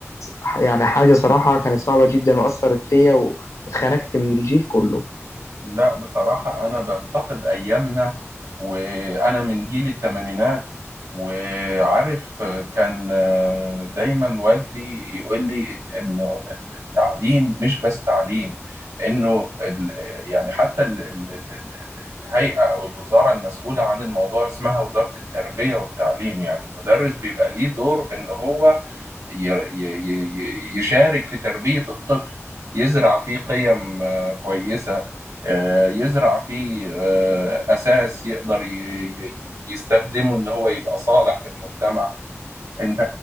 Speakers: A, on the left (about 75°); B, on the right (about 90°).
A: ح- يعني حاجه صراحه كانت صعبه جدا واثرت فيا و- واتخنقت من الجيل كله
B: لا بصراحة أنا بفتقد أيامنا وأنا من جيل التمانينات وعارف كان دايما والدي يقول لي إنه التعليم مش بس تعليم إنه ال- يعني حتى ال- ال- ال- ال- الهيئة أو الوزارة المسؤولة عن الموضوع اسمها وزارة التربية والتعليم يعني المدرس بيبقى ليه دور في إن هو ي- ي- ي- يشارك في تربية الطفل يزرع فيه قيم آه، كويسة آه، يزرع فيه آه، أساس يقدر ي- ي- يستخدمه إن هو يبقى صالح في المجتمع أنت